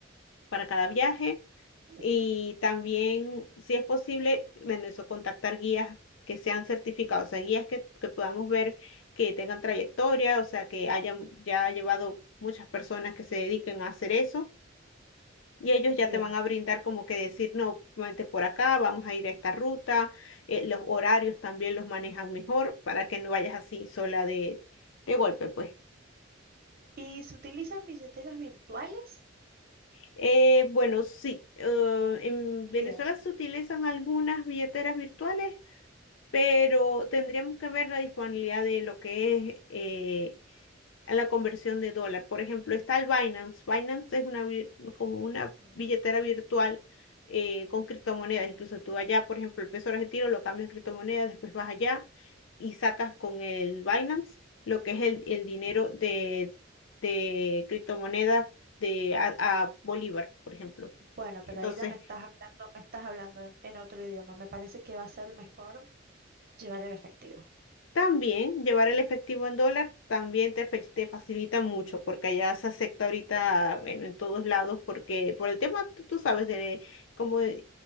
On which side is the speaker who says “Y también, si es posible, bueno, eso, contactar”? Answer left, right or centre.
Left